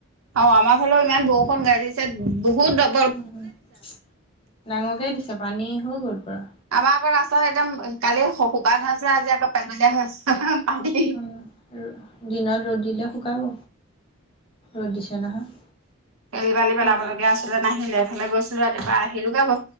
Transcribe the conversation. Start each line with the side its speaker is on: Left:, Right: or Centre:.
Right: অ', আমাৰ ফালেও ইমান বৰষুণ গাজিছে বহুত দ
Left: ডাঙৰকেই দিছে পানী হৈ গ'ল পূৰা।
Right: আমাৰ আকৌ ৰাস্তাত একদম কালি শুকাই হৈ আছিলে, আজি আকৌ পেলপেলীয়া হৈ আছে। পানী
Left: উম দিনত ৰ'দ দিলে শুকাব। ৰ'দ দিছে নহয়।
Right: শিল, বালি পেলাবলগীয়া
Left: এবাৰ
Right: আছিলে, নাহিলে এইফালে গৈছিলো ৰাতিপুৱা আহিলো হৈ গ'ল।